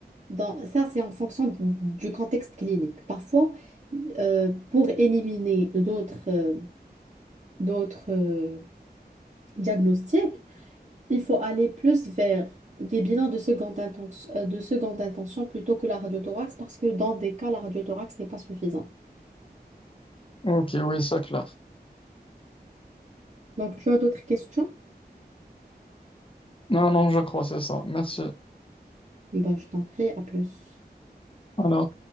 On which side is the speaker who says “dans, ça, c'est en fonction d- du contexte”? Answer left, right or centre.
Right